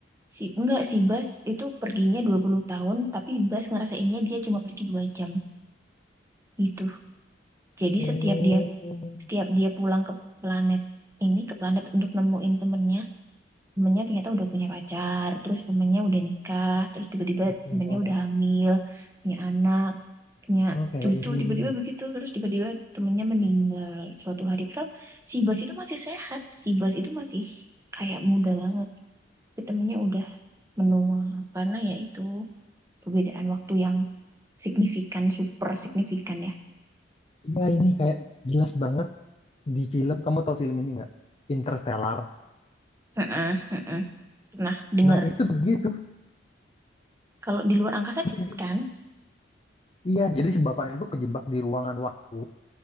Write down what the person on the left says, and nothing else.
Oh,
tertua.
Oh, kayak
ini
nih.
Iya, ini kayak jelas banget di film. Kamu tahu film ini nggak? Interstellar.
Nah, itu begitu.
Mirip.
Iya, jadi si bapaknya itu kejebak di ruangan waktu